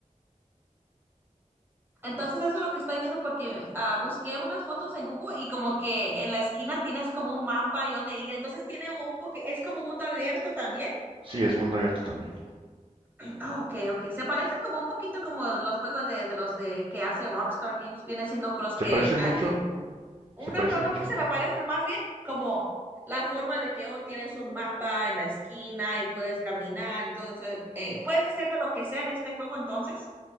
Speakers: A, on the right; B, on the right.
A: Entonces eso es lo que estoy viendo porque ah, busqué unas fotos en Google y como que en la esquina tienes como un mapa y dónde ir. Entonces tiene un poquito, es como mundo abierto también.
B: Sí, es mundo abierto también.
A: Ah, ok, ok. Se parece como un poquito como los juegos de, de los de que hace Rockstar Games. Viene siendo con los
B: Se
A: que
B: parece mucho,
A: ah, eh, uno
B: se parece
A: no,
B: muchísimo.
A: no que se me parecen más bien como la forma de que oh, tienes un mapa en la esquina y puedes caminar y todo eso. Eh, puedes hacer de lo que sea en este juego entonces